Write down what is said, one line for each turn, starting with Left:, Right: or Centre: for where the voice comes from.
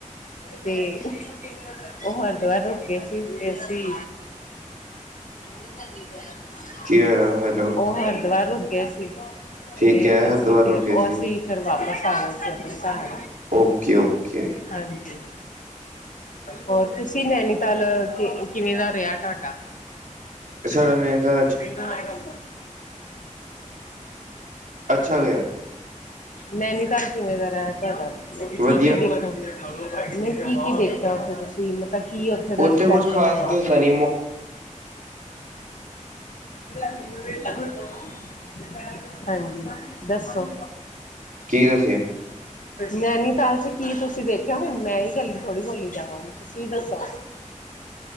Left: ਤੇ ਉਹ ਹਰਦਵਾਰ ਰੁਕੇ ਸੀ ਤੇ ਅਂਸੀ ਨੀ ਨਨੀ ਜਿਹਾ ਸਮਾਨ
Right: ਕੀ ਹੋਇਆ ਹੈਲੋ,
Left: ਉਹ ਹਰਿਦੁਵਾਰ ਰੁ ਗਏ ਸੀ।
Right: ਠੀਕ
Left: ਅਤੇ
Right: ਹੈ
Left: ਅਸੀਂ
Right: ਹਰਿਦੁਆਰ
Left: ਫਿਰ
Right: ਰੁਕੇ
Left: ਉਹ
Right: ਸੀ
Left: ਅਸੀਂ ਫਿਰ ਵਾਪਿਸ ਆਣਾ ਸੀ ਆਪਣੇ ਘਰ,
Right: ਓਕੇ ਓਕੇ
Left: ਹਾਂਜੀ ਹੋਰ ਤੁਸੀਂ ਨਨੀ, ਚਲ ਕਿਵੇਂ ਦਾ ਰਿਹਾ ਤੁਢਾਡਾ
Right: ਸੜਨ ਤਾਂ
Left: ਤੁਹਾਡਾ
Right: ਅੱਛਾ ਗਿਆ
Left: ਨੈਨੀ ਘਰ ਕਿਵੇਂ ਦਾ ਰ ਤੁਹਾਡਾ ਕੀ ਕੀ
Right: ਵਧੀਆ
Left: ਦੇਖਣ, ਮੈਂ ਕੀ ਕੀ ਦੇਖਿਆ ਉੱਥੇ ਤੁਸੀਂ ਮਤਲਬ ਕੀਥ
Right: ਉੱਥੇ
Left: ਸਪੈਸ਼ਲ
Right: ਕੁੱਝ ਖਾਸ
Left: ਹੈ।
Right: ਤੇ ਹੁੰਦਾ ਨੀ
Left: ਮ ਮ ਹਾਂਜੀ ਦੱਸੋ
Right: ਕੀ ਦੱਸਿਆ
Left: ਨੈਨੀਤਾਲ ਚ ਕੀ ਤੁਸੀਂ ਦੇਖਿਆ ਹੁਣ ਮੈਂ ਹੀ ਗੱਲੀ ਥੋੜ੍ਹੀ ਬੋਲੀ ਜਾਵਾਂਗੀ। ਤੁਸੀਂ ਦੱਸੋ